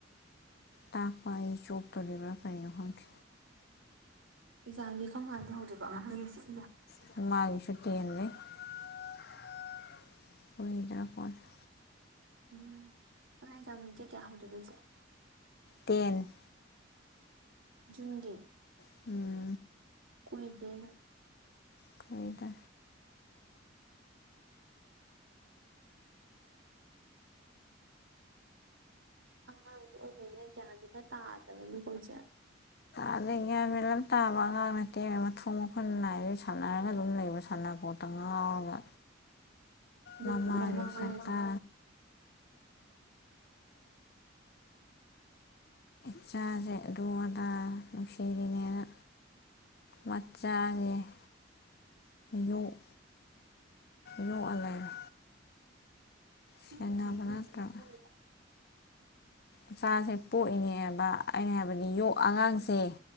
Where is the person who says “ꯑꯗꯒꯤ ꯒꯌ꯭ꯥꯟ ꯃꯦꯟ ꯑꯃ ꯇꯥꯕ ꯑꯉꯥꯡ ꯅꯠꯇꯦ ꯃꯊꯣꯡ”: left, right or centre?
Left